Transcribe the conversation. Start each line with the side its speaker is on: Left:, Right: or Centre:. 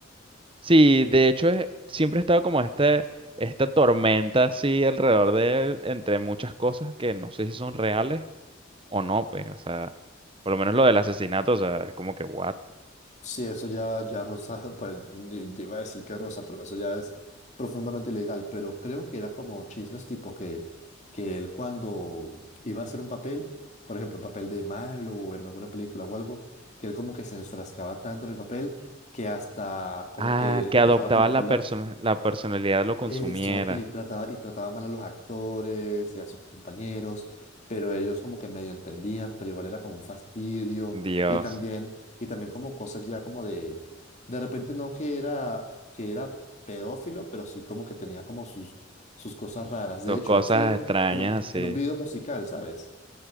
Right: Sí, de hecho, es- siempre ha estado como este, esta tormenta así alrededor de él, entre muchas cosas que no sé si son reales o no, pues, o sea, por lo menos lo del asesinato, o sea, es como que, what?
Left: Sí, eso ya, ya rosa, <laughs> pues ni- te iba a decir que rosa, pero eso ya es profundamente ilegal. Pero creo que era como chismes tipo que, que él cuando iba a hacer un papel, por ejemplo, un papel de malo o en alguna película o algo, que él como que se enfrascaba tanto en el papel que hasta como
Right: Ah,
Left: que
Right: que
Left: dejaba
Right: adoptaba
Left: que el papel
Right: la persona,
Left: lo-
Right: la personalidad lo consumiera.
Left: Eso, y trataba, y trataba mal a los actores y a sus compañeros, pero ellos como que medio entendían, pero igual era como un fastidio,
Right: Dios,
Left: y también, y también como cosas ya como de, de repente no que era, que era pedófilo, pero sí como que tenía como sus, sus cosas raras. De
Right: dos
Left: hecho,
Right: cosas
Left: él salió en un,
Right: extrañas
Left: en un,
Right: así.
Left: en un video musical, ¿sabes?